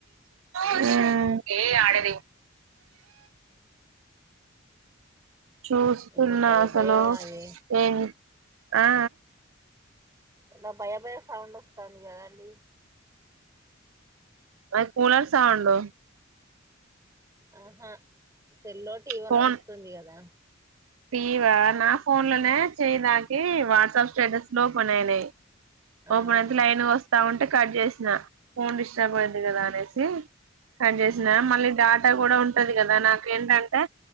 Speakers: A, on the right; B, on the right.
A: ఉమ్ ఏ ఆడది చూస్తున్నా
B: ఏందో భయ
A: అసలు
B: భయ ఏ
A: ఏం ఆ ఆ
B: ఎలా భయ భయ సౌండ్ వస్తాంది కదండి
A: అ కూలర్ సౌండు
B: ఆహ తెల్లో టీవో
A: ఫోన్
B: నడుస్తుంది కదా
A: టీవా నా ఫోన్లోనే చేయ్దాకి వాట్సాప్ స్టేటస్లోపెన్ అయినాయి ఓపనైేత
B: ఆహా
A: లైన్ వస్తా ఉంటా అంటే కట్ చేసిన ఫోన్ డిస్టర్బ్ అయింది కదా అనేసి కట్
B: ఉమ్,
A: చేసిన మళ్ళీ డాటా గూ కూడా ఉంటది కదా నాకేంటంటే